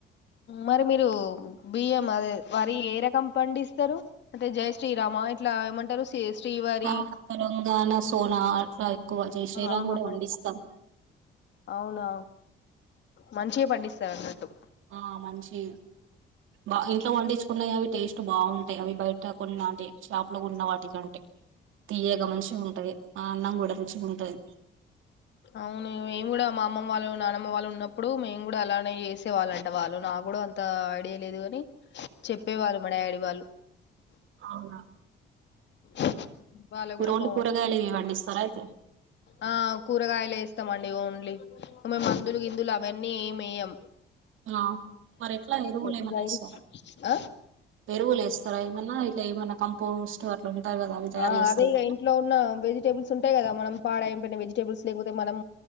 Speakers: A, on the left; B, on the right.
A: మరి మీరు బిఎం అదే వరి ఏ రకం పండిస్తారు అంటే జైశ్రీరామ ఇట్లా ఏమంటారు శ్రీ శ్రీవారి
B: ఆ తెలంగాణ సోనా అట్లా ఎక్కువ జైశ్రీరాం
A: ఆహా
B: కూడా పండిస్తాం
A: అవునా మంచిగా పండిస్తారు అన్నట్టు
B: ఆ మంచి బా ఇంట్లో వండించుకున్నాయి అవి టేస్ట్ బాగుంటాయి అవి బయట్ ట కొన్నటి షాప్ లో ఉన్న వాటికంటే తీయగా మన్ చిగా ఉంటాది ఆ అన్నం కూడా గుచ్చు ఉంటాది
A: అవును మేము కూడా మా అమ్మమ్మ వాళ్ళు నానమ్మ వాళ్ళు ఉన్నప్పుడు మేము కూడా అలానే ఏసే వాళ్ళంట వాళ్ళు నాకు కూడా అంత ఐడియా లేదు గానీ చెప్పేవాళ్ళు మా డాడి వాళ్ళు
B: అవునా
A: ఉమ్. వాళ్ళు
B: మీరు
A: కూడా
B: ఓన్లీ
A: పో
B: కూరగాయలే పండిస్తారా అయితే
A: ఆ కూరగాయలు వేస్తామండి ఓన్లీ మేము మందులు గిందులు అవన్నీ ఏమేయం
B: ఆ మరి ఎట్లా ఎరువులే ఏమన్న
A: ఇగ
B: ఏస్తారా
A: ఆ
B: ఎరువులే స్తారా మల్లా ఇట్ల ఏమన్న కంపోస్ట్ అట్లా ఉంటారు కదా అవి తయారు
A: ఆ
B: చేస్తారా
A: అదే ఇగ
B: ఏమన్నా
A: ఇంట్లో ఉన్న వెజిటేబుల్స్ ఉంటాయి కదా మనం పాడమ్ కొన్ని వెజిటబుల్స్ లేకపోతే మనం